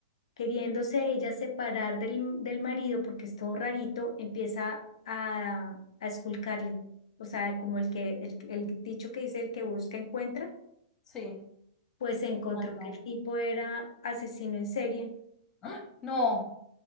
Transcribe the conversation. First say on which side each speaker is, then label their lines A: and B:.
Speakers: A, on the left; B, on the left.
A: queriéndose ella separar del, del marido porque es todo rarito, empieza a, a esculcarle. O sea, como el que, el, el dicho que dice el que busca encuentra,
B: Sí.
A: pues se encontró
B: Ay, no.
A: que el tipo era asesino en serie
B: ¡Ah! No.